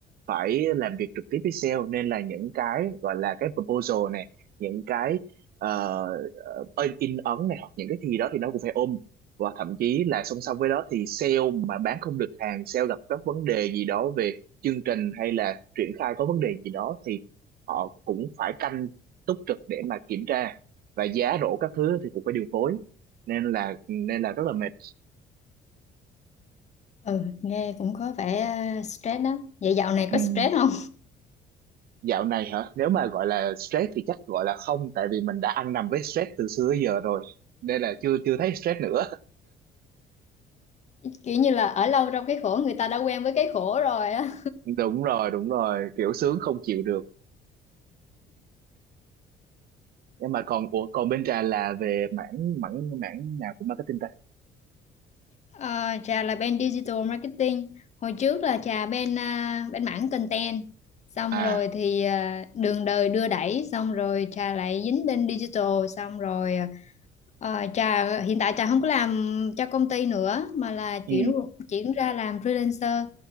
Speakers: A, on the right; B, on the left.
A: phải làm việc trực tiếp với sale nên là những cái gọi là cái proposal này những cái ờ, ờ, in ấn này hoặc những cái gì đó thì nó cũng phải ôm và thậm chí là song song với đó thì sale mà bán không được hàng sale gặp các vấn đề gì đó về chương trình hay là triển khai có vấn đề gì đó thì họ cũng phải canh túc trực để mà kiểm tra và giá rổ các thứ thì cũng phải điều phối nên là nên là rất là mệt
B: Ừ, nghe cũng có vẻ ờ, stress đó. Vậy dạo này
A: Ừm,
B: có stress không?
A: dạo này hả nếu mà gọi là stress thì chắc gọi là không tại vì mình đã ăn nằm với stress từ xưa tới giờ rồi nên là chưa chưa thấy stress nữa
B: <laughs> Kiểu như là ở lâu trong cái khổ người ta đã quen với cái khổ rồi á.
A: <laughs> đúng rồi đúng rồi kiểu sướng không chịu được nhưng mà còn ủa, còn bên trà là về mảng mảng mảng nào của marketing ta
B: Ờ, trà là bên digital marketing hồi trước là trà bên à, bên mảng content xong
A: à
B: rồi thì à, đường đời đưa đẩy xong rồi trà lại dính bên digital xong rồi ờ, trà hiện tại trà không có làm cho công ty nữa mà là chuyển
A: ừ
B: chuyển ra làm freelancer